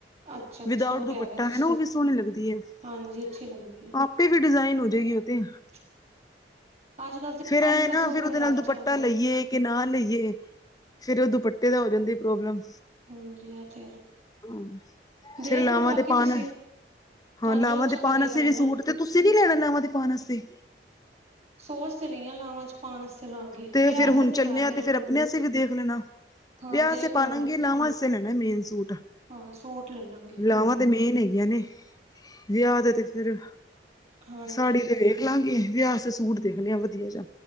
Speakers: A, on the right (about 40°); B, on the left (about 20°).
A: ਅੱਛਾ ਅੱਛਾ
B: ਵਿਦਊਟ
A: ਉਹ ਕਹਿ
B: ਦੁਪੱਟਾ
A: ਰਹੇ ਹੋ ਤੁਸੀਂ
B: ਹੈਾ ਉਹ ਵੀ ਸੋਹਣੀ ਲੱਗਦੀ ਹੈ ਆਪ
A: ਹਾਂਜੀ ਅੱਛੀ ਲੱਗਦੀ ਹੈ
B: ਆਪੇ ਵੀ ਡਿਜ਼ਾਇਨ ਹੋ ਜਾਏਗੀ ਉਹੇ
A: <unintelligible> <inaudible> ਤੇ
B: ਫੇਰ
A: ਸਿੰਪਲ
B: ਇਹਂ ਨਾ
A: ਸੋਬਰ
B: ਫੇਰ ਉਹਦੇ
A: ਜ਼ਿਆਦਾ
B: ਨਾਲ ਦੁਪੱਟਾ
A: ਚੱਲ ਰਿਹਾ
B: ਲਈਏ ਕਿ ਨਾ ਲਈਏ ਫਿਰ ਉਹ ਦੁਪੱਟੇ ਦਾ ਹੋ ਜਾਂਦੀ ਪ੍ਰੋਬਲਮ
A: ਹਾਂਜੀ ਆ ਤੇ
B: ਹਾਂ
A: ਦੇਖ
B: ਫੇਰ ਲਾਵਾਂ
A: ਲੋ ਬਾਕੀ
B: ਤੇ ਪਾਣ
A: ਤੁਸੀਂ ਤੁਹਾਨੂੰ
B: ਹਾਂ ਲਾਵਾਂ,
A: ਜੋ ਅੱਛਾ
B: ਤੇ
A: ਲੱਗੇਗਾ
B: ਪਾਣ ਅਸੀਂ
A: ਲੈ
B: ਵੀ
A: ਲੈਣਾ
B: ਸੂਟ ਤੇ, ਤੁਸੀਂ ਨੀ ਲੈਣਾ ਨਾਵਾਂ ਦੇ ਪਾਨ ਆਸਤੇ,
A: ਸੋਚ ਤੇ ਰਹੀਆਂ ਲਾਵਾਂ ਚ, ਪਾਉਣ ਵਾਸਤੇ ਲਾਂਗੀ
B: ਤੇ
A: ਵਿਆਹ
B: ਫੇਰ
A: ਵਾਸਤੇ
B: ਹੁਣ ਚੱਲੇ
A: ਹੈ ਮੇਰੇ
B: ਆ ਤੇ ਫੇਰ,
A: ਕੋਲ
B: ਆਪਣੇ ਆਸਤੇ ਵੀ ਦੇਖ ਲੈਣਾ।
A: ਹਾਂ
B: ਵਿਆਹਸੇ
A: ਦੇਖ ਲਾਂਗੇ
B: ਪਾਲਾਂਗੇ ਲਾਵਾਂਸੇ ਲੈਣਾ ਮੇਨ ਸੂਟ
A: ਹਾਂ ਸੂਟ ਲੈ ਲਾਂਗੇ ਫਿਰ
B: ਲਾਵਾਂ, ਤੇ ਮੇਨ ਹੈਗੀਆਂ ਨੇ ਵਿਆਹ ਦਾ ਤੇ ਫੇਰ
A: ਹਾਂਜੀ
B: ਸਾੜੀ ਤੇ, ਦੇਖਲਾਂਗੇ ਵਿਆਹ ਸੂਟ ਦੇਖਣੇ ਆ ਵਧੀਆ ਜਾ,